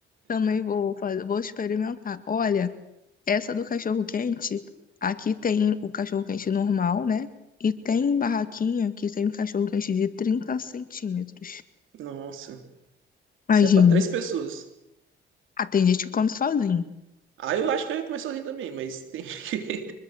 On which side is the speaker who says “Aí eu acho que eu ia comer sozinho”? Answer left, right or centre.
Right